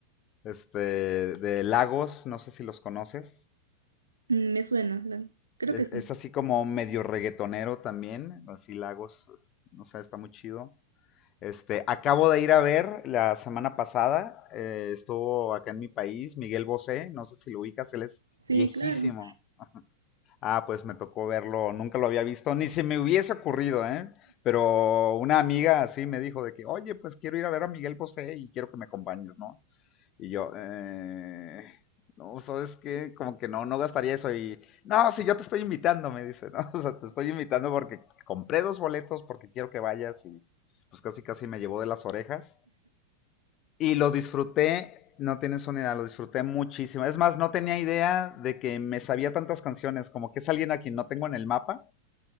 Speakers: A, on the left; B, on the right.
A: este, de Lagos, no sé si los conoces.
B: Mm, Me suena, la- creo
A: Es,
B: que sí.
A: es así como medio reggaetonero también, así Lagos, no sé, está muy chido. Este, acabo de ir a ver la semana pasada, eh, estuvo acá en mi país, Miguel Bosé, no sé si lo ubicas, él es
B: Sí,
A: viejísimo.
B: claro.
A: Ah, pues me tocó verlo, nunca lo había visto, ni se me hubiese ocurrido, ¿eh? Pero una amiga así me dijo de que, oye, pues quiero ir a ver a Miguel Bosé y quiero que me acompañes, ¿no? Y yo, eh, no, ¿sabes qué? Como que no, no gastaría eso. Y, no, si yo te estoy invitando, me dice, ¿no? <laughs> O sea, te estoy invitando porque compré dos boletos porque quiero que vayas y pues casi casi me llevó de las orejas. Y lo disfruté, no tienes una idea, lo disfruté muchísimo. Es más, no tenía idea de que me sabía tantas canciones, como que es alguien a quien no tengo en el mapa.